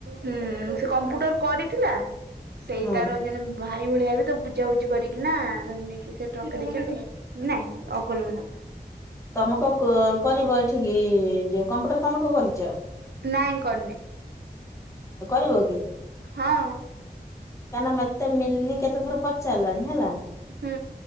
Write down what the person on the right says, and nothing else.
ହୁଁ ସେ କମ୍ପ୍ୟୁଟର କରିଥିଲା ସେଇ
ତାର ଜଣେ ଭାଇ ଭଳିଆ ହେବେ ତ ବୁଝାବୁଝି କରିକି ନା ନେଇକି ସେ ଟଙ୍କା ଦେଇଛନ୍ତି। ନାଇଁ ଅଗଲ ମନା କଲା।
ନାଇଁ କରିନି।
ହଁ।
ହୁଁ।